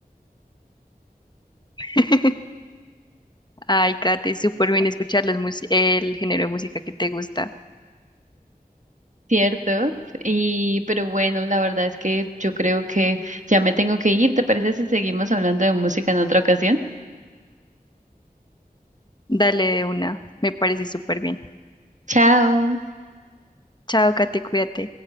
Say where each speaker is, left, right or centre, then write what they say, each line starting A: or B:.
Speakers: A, on the left; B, on the right.
A: <laughs> Ay, Kate, súper bien escuchar los mus- el género de música que te gusta.
B: Cierto, y pero bueno, la verdad es que yo creo que ya me tengo que ir. ¿Te parece si seguimos hablando de música en otra ocasión?
A: Dale de una, me parece súper bien.
B: Chao.
A: Chao, Kate, cuídate.